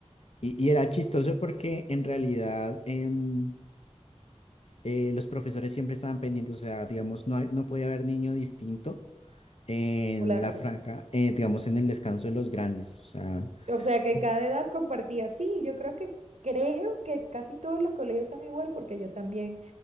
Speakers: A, on the left; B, on the right.
A: Y, y era chistoso porque en realidad em, eh, los profesores siempre estaban pendientes, o sea, digamos, no, hay- no podía haber niño distinto en
B: Claro.
A: la franja, eh, digamos, en el descanso de los grandes, o sea.
B: O sea, que
A: Sí,
B: cada edad compartía. Sí, yo creo que creo que casi todos los colegios son igual porque yo también,